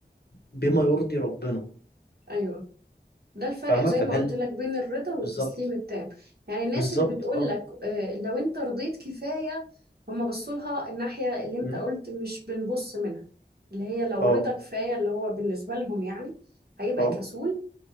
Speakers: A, on the left (about 65°); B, on the right (about 60°).
A: بما يرضي ربنا
B: أيوه ده الفرق
A: فاهمة
B: زي
A: فده
B: ما قلت
A: ال-
B: لك بين الرضا والتسليم
A: بالظبط
B: التام يعني الناس
A: بالظبط
B: اللي بتقول
A: اه
B: لك آه، لو أنت رضيت كفاية هم بصوا لها الناحية اللي أنت
A: مم.
B: قلت مش بنبص منها اللي هي لو
A: اه
B: رضا كفاية اللي هو بالنسبة لهم يعني هيبقى
A: اه
B: كسول